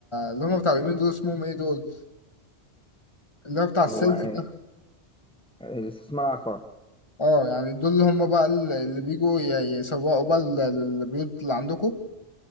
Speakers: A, on the left; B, in the centre.
A: اللي هم بتاع اليمين دول اسمهم ايه دول اللي هو
B: بس
A: بتاع السيلف
B: هو آه،
A: ده
B: الاستثمار عقار
A: اه يعني دول اللي هم بقى ال- اللي بيجوا ي- يسوقوا بقى ال- البيوت اللي عندكم